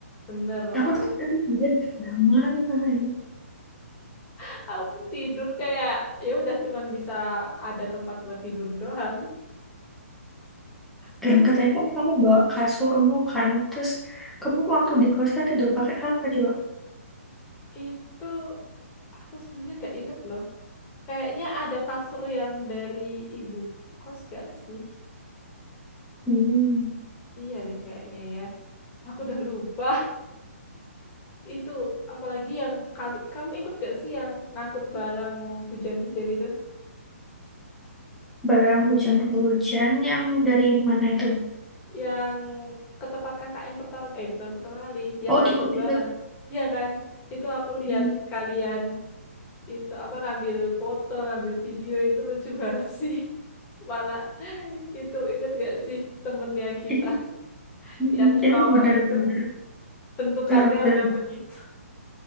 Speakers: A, on the left; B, in the centre.
A: Bener,
B: Kamu
A: aku
B: ternyata
A: pun
B: juga di sebelah mana ya?
A: <laughs> aku pun tidur kayak ya udah cuman bisa ada tempat buat tidur doang. <laughs> Terus
B: Dan katanya
A: i-
B: kan kamu bawa kasurmu kan. Terus kamu waktu di kosan tidur pakai apa coba?
A: itu aku sebenarnya nggak inget loh. Kayaknya ada kasur yang dari ibu kos gak sih?
B: Hmm,
A: Iya deh kayaknya ya. Aku udah lupa. Itu apalagi yang kali kamu ikut gak sih yang ngangkut barang hujan-hujan itu?
B: barang hujan-hujan yang dari mana itu?
A: Yang ke tempat KKN pertama eh bukan pertama kali, yang
B: Oh,
A: ngangkut
B: ikut-ikut.
A: barang. ya kan? Itu aku
B: Hmm,
A: lihat kalian itu apa ngambil foto, ngambil video itu lucu banget sih. <laughs> Mana itu inget gak sih temennya kita
B: Itu,
A: <laughs>
B: mm,
A: yang
B: mm, itu
A: cowok
B: bener-bener
A: itu bentukannya
B: eh, bener-bener
A: udah begitu.